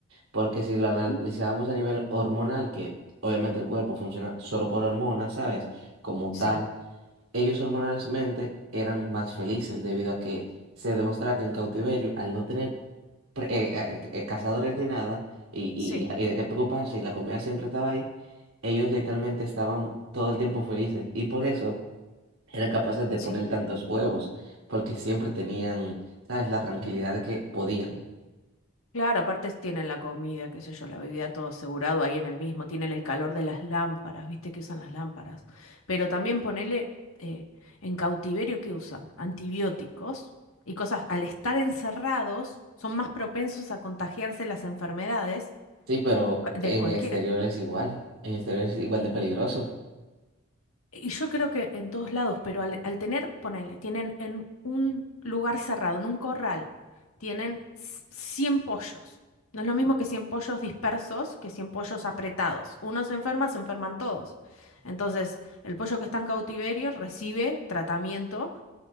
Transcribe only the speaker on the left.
Mm,
Sí,
sí.
sí.
Claro, aparte tienen la comida, qué sé yo, la bebida todo asegurado ahí en el mismo, tienen el calor de las lámparas, viste que usan las lámparas. Pero también ponele eh, en cautiverio que usan antibióticos y cosas, al estar encerrados, son más propensos a contagiarse las enfermedades
cua- de
cualquiera.
Y yo creo que en todos lados, pero al, al tener, ponele, tienen en un lugar cerrado, en un corral, tienen c- 100 pollos. No es lo mismo que 100 pollos dispersos que 100 pollos apretados. Uno se enferma, se enferman todos. Entonces, el pollo que está en cautiverio recibe tratamiento